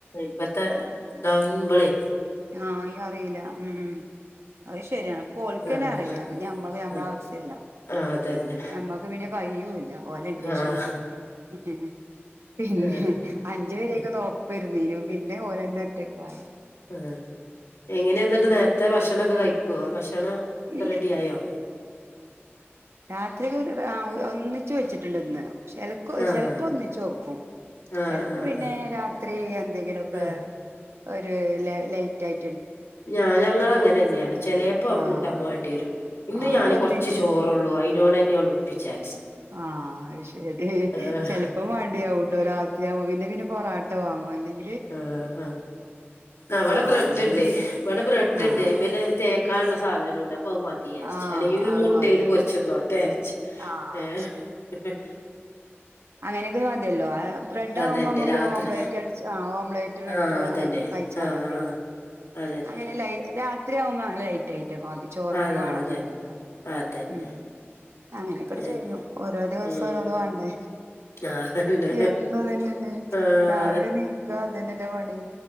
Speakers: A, on the left; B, on the right.
A: ഇപ്പത്തെ ദാവുമ്പളെ
B: ആഹ് യ്യറീലാ ഉം അയ് ശര്യാണ് പോഓലക്കെന്നെ
A: ആഹ്
B: അറിയാ പിന്നെ നമ്മള് നമ്മളാ
A: ആഹ്
B: ശല്യ
A: ആഹ് അതന്നെ
B: നന്മക്ക് പിന്നെ കയ്യൂ ഓലെ ഇംഗ്ലീഷൊന്നും
A: ആഹ്
B: പഠിപ്പിക്ക പിന്നെ
A: ആഹ്
B: അഞ്ച് വരേക്കെ ഒപ്പരിന്നീന്നു പിന്നെ ഓലന്നെ ഒറ്റകായി
A: ഉം എങ്ങനെ ന്നിട്ട് നേരത്തെ ഭക്ഷണൊക്കെ കഴിക്കോ ഭക്ഷണം ക്കെ
B: ഇല്ല
A: റെഡിആയോ
B: രാത്രി ഒര് ഒന്നിച്ചു വെച്ചിട്ടുണ്ട് ന്ന് ചിലപ്പ
A: ആഹ്
B: ചെിലപ്പം ഒന്നച്ച് വെക്കും
A: ആഹ്
B: ചെിലപ്പോ
A: ആഹ്
B: പിന്നേ
A: ആഹ്
B: രാത്രി എന്തെങ്കിലൊക്കെ
A: ആഹ്
B: ഒര് ലാ ലൈറ്റായി.
A: ഞാന ങ്ങ അങ്ങനെന്നേണ് ചെലേപ്പോ
B: ആഹ്
A: ണ്ടാ മേണ്ടിരും ഇന്ന്
B: ആഹ്
A: ഞാന്
B: ഒന്നിച്ച്
A: കുറച്ച് ചോറൊളളൂ അയിനോടെന്നെ ആണ്ട് ഒപ്പിച്ചാ
B: ആ ശരി
A: ആഹ്
B: ചെലപ്പം മടിയാവുട്ടോ രാത്രിയാവുമ്പോ പിന്നെ പിന്നെ പൊറാട്ട ഫാമോ അല്ലെങ്കി
A: ആ അ അ ഇവടെ ബ്രെഡ്ണ്ട്
B: വാങ്ങും എന്നിട്ട് ജ്യൂസ്
A: ഇവടെ ബ്രെഡ്ണ്ട്
B: ആഹ്
A: അയിമ്മലെ തേ ക്കാള്ള സാധനം ണ്ട് ഇപ്പ അത് മതിയാര്ച്ച്
B: ആഹ്
A: അല്ലെങ്കിപിന്നെ
B: ആഹ് അത്
A: മുട്ടേൽ
B: മതിയല്ലോല്ലേ
A: പൊരിച്ചിന്നോട്ടെ ചാര്ച്ച്
B: ആഹ്
A: ഏ
B: ശരി
A: ഹ്‌ ഹ്
B: അങ്ങനെയൊക്കെ മതിഅല്ലോ ബ്രഡ്ആവുമ്പോ
A: അതന്നെ
B: നമ്മക്ക്
A: രാത്രി
B: ഓംപ്ലേറ്റ് അടിച്ച ഓം ഓംപ്ലേറ്റിലിട്ട്
A: ആഹ് അതന്നെ
B: അ കയ്ചാമതിയല്ലോ
A: ആഹ് ആഹ് അതന്നെ
B: അങ്ങനല്ലയ് രാ ത്രിവുമ്പോ അങ്ങനെ ലൈറ്റ് ആയിട്ടൊക്കെമതി ചോറ്ന്നെ
A: അതാ
B: വേണെന്നില്ലല്ലോ
A: അതന്നെ അതന്നെ
B: ഉം അങ്ങനെക്കെ ടെ
A: അതന്നെ
B: ചെയ്യും ഓരോ ദിവസം
A: ഉം
B: ഓരോന്ന് വേണ്ടേ
A: അതന്നെ
B: എന്നുതന്നെല്ലേ
A: ആഹ്
B: രാവിലെ നീക്കാ തന്നെല്ലേ പണി